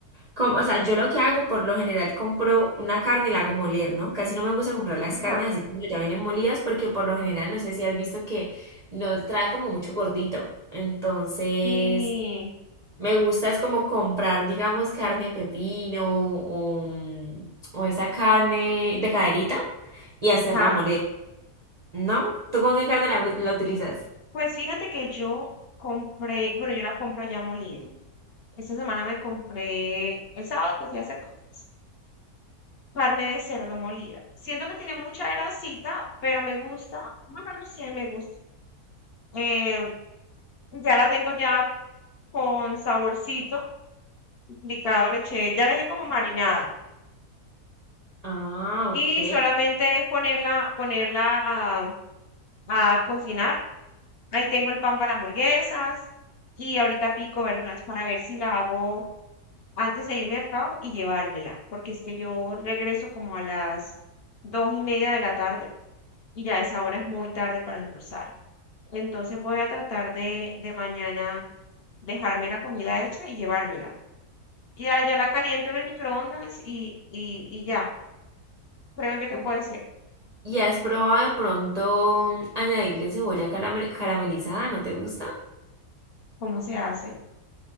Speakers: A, on the right (about 55°); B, on the left (about 55°).
A: com- o sea, yo lo que hago por lo general compro una carne y la hago moler, ¿no? Casi no me gusta comprar las carnes
B: Ajá.
A: así cuando ya vienen molidas, porque por lo general no sé si has visto que nos traen como mucho gordito. Entonces...
B: Sí.
A: Me gusta es como comprar, digamos, carne de pepino o, mm, o esa carne de caderita y hacerla
B: Ajá.
A: moler, ¿no? ¿Tú con qué carne la, u- la utilizas?
B: Pues fíjate que yo compré, bueno, yo la compro ya molida. Esta semana me compré, el sábado que fui a hacer compras, carne de cerdo molida. Siento que tiene mucha grasita, pero me gusta. Bueno, no sé, me gusta. Eh, ya la tengo ya con saborcito picado, le eché, ya le dejé como marinada.
A: Ah,
B: Y
A: ok.
B: solamente es ponerla, ponerla a, a cocinar. Ahí tengo el pan para hamburguesas y ahorita pico verduras para ver si la hago antes de irme al trabajo y llevármela, porque es que yo regreso como a las dos y media de la tarde y ya esa hora es muy tarde para almorzar. Entonces voy a tratar de, de mañana dejarme la comida hecha y llevármela. Y ya, ya la caliento en el microondas y, y, y ya. Creo yo que
A: ok.
B: puede ser.
A: ¿Y has probado de pronto mm, añadirle cebolla calame- caramelizada? ¿No te gusta?
B: ¿Cómo se hace?